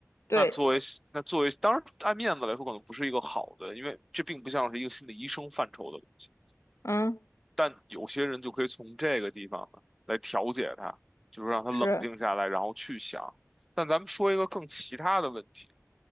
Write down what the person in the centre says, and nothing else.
那作为那作为，当然爱面子来说，可能不是一个好的，因为这并不像是一个心理医生范畴的。东西。
但有些人就可以从这个地方呢来调节他，就是让他冷静下来，
然后去想。但咱们说一个更其他的问题，